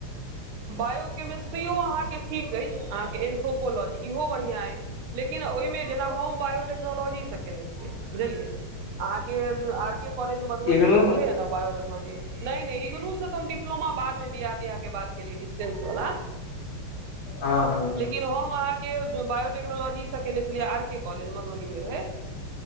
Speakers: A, on the right; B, on the left.
A: बायोकेमेस्ट्रिो अहाँके ठीक अइछ अहाँके एन्थोपोलॉजी इहो बढ़िआँ अइ लेकिन ओहि में जेना हम बायोटेक्नोलॉजी से केने छियै बुझलियै अहाँके आर के कॉलेज मधुबनी
B: इगनू
A: में छलै ने बायोटेक्नोलॉजी टेक्नोलॉजी नहि नहि इगनु से तऽ हम डिप्लोमा बादमे बियाह तियाह केलियै डिस्टेंस वला
B: हँ हँ
A: लेकिन हम अहाँक केँ बायोटेक्नोलॉजी से केने छलियै आर केँ कॉलेज मधुबनी मे रहै